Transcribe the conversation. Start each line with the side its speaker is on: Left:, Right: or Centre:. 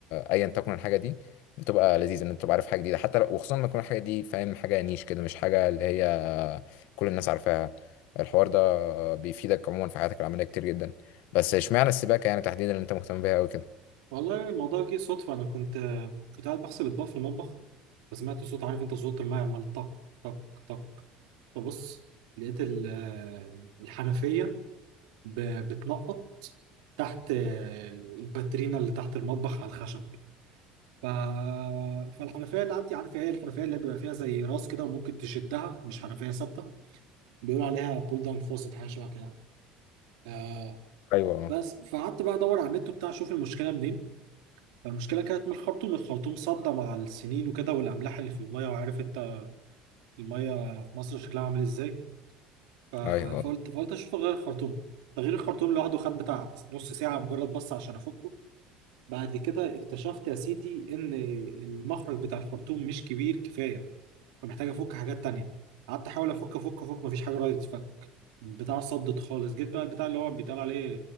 Left: ايا تكن الحاجه دي بتبقى لذيذه ان انت تبقى عارف حاجه جديده حتى لو وخصوصا لما تكون الحاجه دي فاهم حاجه نيش كده مش حاجه اللي هي كل الناس عارفاها الحوار ده بيفيدك عموما في حياتك العمليه كتير جدا بس اشمعنى السباكه يعني تحديدا اللي انت مهتم بيها قوي كده
Right: والله الموضوع جه صدفه انا كنت آه، كنت قاعد بغسل اطباق في المطبخ فسمعت صوت عارف انت صوت الماء عمال طق طق طق فبص لقيت ال- آه، الحنفيه ب- بتنقط تحت آه، الباترينا اللي تحت المطبخ على الخشب ف... فالحنفيه اللي عندي عارف ايه الحنفيه اللي بيبقى فيها زي راس كده وممكن تشدها مش حنفيه ثابته بيقولوا عليها بول داون فوست حاجه شبه كده آه
Left: ايوه
Right: بس فقعدت بقى ادور على النت وبتاع اشوف المشكله منين فالمشكله كانت من الخرطوم الخرطوم صدى مع السنين وكده والاملاح اللي في الميه وعارف انت الميه في مصر شكلها عامل ازاي ف-
Left: ايوه
Right: فقلت فقلت اشوف غير الخرطوم تغيير الخرطوم لوحده خد بتاع نص ساعه مجرد بس عشان افكه بعد كده اكتشفت يا سيدي ان المخرج بتاع الخرطوم مش كبير كفايه فمحتاج افك حاجات تانية قعدت احاول افك افك افك مفيش حاجه راضيه تتفك البتاع صدت خالص جيت بقى البتاع اللي هو بيتقال عليه